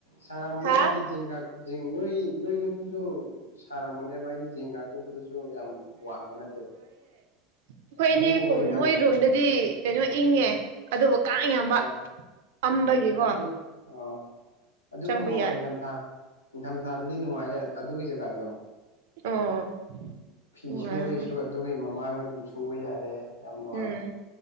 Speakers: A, on the left (about 80°); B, on the right (about 60°).
A: ꯁꯥꯔꯃꯅꯤ
B: ꯍꯥ
A: ꯍꯥꯏꯗꯤ ꯖꯤꯡꯒ ꯖꯤꯡ ꯅꯣꯏ ꯅꯣꯏ ꯌꯨꯝꯗꯨꯁꯨ ꯁꯥꯔꯝꯕꯅꯦꯕ ꯍꯥꯏꯗꯤ ꯖꯤꯡꯒꯥ ꯀꯨꯞꯄꯗꯨꯁꯨ ꯁꯨ ꯌꯥꯝ ꯋꯥꯡꯕ ꯅꯠꯇꯦꯕ
B: ꯑꯩꯈꯣꯏꯅꯦ
A: ꯑꯗꯨꯕꯨꯀꯣ
B: ꯀꯨꯝ
A: ꯏꯪꯊꯝꯊꯥ
B: ꯃꯣꯏ ꯔꯨꯝꯗꯨꯗꯤ ꯀꯩꯅꯣ ꯏꯪꯉꯦ ꯑꯗꯨꯕꯨ ꯀꯥꯡ ꯌꯥꯝꯕ
A: ꯍꯣꯏ
B: ꯑꯝꯕꯒꯤꯀꯣ
A: ꯑꯗꯨ ꯑ ꯑꯗꯨꯕꯨꯒꯣ
B: ꯆꯪꯕ ꯌꯥꯗꯦ
A: ꯏꯊꯝꯊꯥ ꯅꯤꯡꯊꯝꯊꯥꯗꯗꯤ ꯅꯨꯡꯉꯥꯏꯌꯦ ꯑꯗꯨꯒꯤ ꯖꯒꯥꯗꯣ
B: ꯑꯣ
A: ꯐꯤ
B: ꯅꯨꯡꯉꯥꯏꯔꯝꯅꯤ
A: ꯁꯨꯕꯩꯁꯨ ꯑꯗꯨꯒꯤ ꯃꯃꯥꯡꯗ ꯑꯗꯨꯝ ꯁꯨꯕ ꯌꯥꯔꯦ ꯌꯥꯝ ꯅꯨꯡꯉꯥꯏ
B: ꯎꯝ